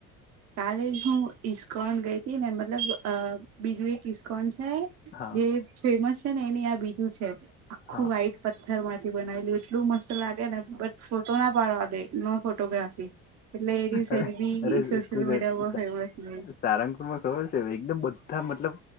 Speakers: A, on the right; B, on the left.
A: કાલે હું ઈસ્કોન ગઈતી ને મતલબ અ બીજું એક ઈસ્કોન
B: હા
A: જે ફેમસ છે, ને એની આ બીજું છે. આખું
B: હા
A: વાઈટ પથ્થરમાંથી બનાવેલું એટલું મસ્ત લાગે ને બટ ફોટો ના પાડવા દે નો ફોટોગ્રાફી એટલે એ દિવસે
B: અરે
A: જ બી
B: <unintelligible>
A: મીડિયા પર ફેમસ નહી
B: સારંગપુરમાં ખબર છે, એકદમ બધા મતલબ